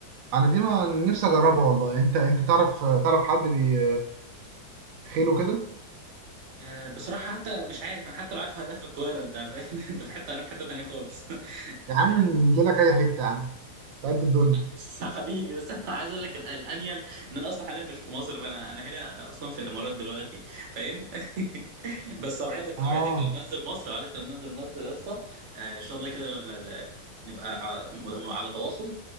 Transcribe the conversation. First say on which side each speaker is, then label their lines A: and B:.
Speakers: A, on the right (about 80°); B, on the right (about 45°).
A: انا دي ما نفسي اجربها والله انت انت تعرف تعرف حد بي خيله كده
B: آه بصراحه حتى مش عارف انا حتى لو عارف هبقى في القاهره انت فاهم <laughs> انت في حته انا في حته تانيه خالص <laughs>
A: يا عم نجيلك اي حتة يا عم تعبت الدنيا
B: صح حبيبي بس انا عايز اقول لك ال- الانيل ان انا اصلا حاليا مش في مصر فانا انا هنا اصلا في الامارات دلوقتي فاهم <laughs> بس اوعدك
A: اه
B: اوعدك لما انزل مصر اوعدك لما انزل مصر يا اسطى آه، ان شاء الله كده ل- ل- ل- نبقى ع- م- على تواصل